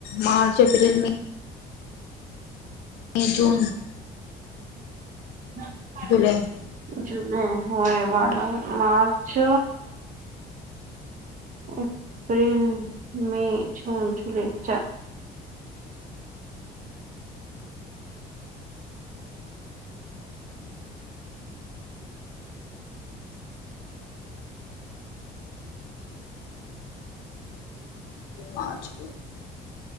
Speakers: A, on the left; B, on the right.
A: मार्च, एप्रिल, मे मे, जून
B: हा
A: जूले
B: जुले होय वाढ अ मार्च एप्रिल, मे, जून, जुलै चा
A: मार्च